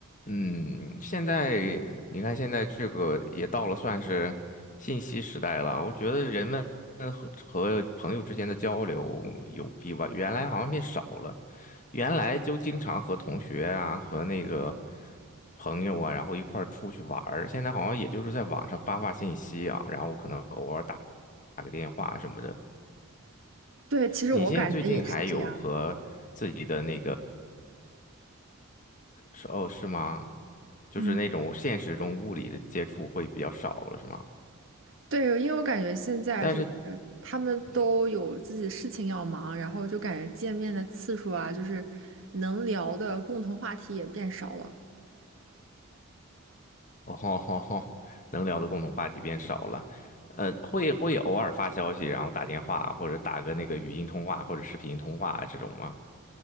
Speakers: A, on the left; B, on the right.
A: 嗯，现在你看，现在这个也到了算是信息时代了。我觉得人们和和朋友之间的交流有比吧，原来好像变少了。原来就经常和同学啊，和那个朋友啊，然后一块儿出去玩儿。现在好像也就是在网上发发信息啊，然后可能偶尔打打个电话什么的。
B: 对，其实我感觉也是这样。
A: 你现在最近还有和自己的那个是哦，是吗？就是那种现实中物理的接触会比较少了，
B: 嗯，
A: 是吗？
B: 对，因为我感觉现在就是他们都有自己的事情要忙，
A: 但是，嗯，
B: 然后就感觉见面的次数啊，就是能聊的共同话题也变少了。
A: 哦吼吼吼，<laughs> 能聊的共同话题变少了。呃，会会偶尔发消息，然后打电话或者打个那个语音通话或者视频通话这种吗？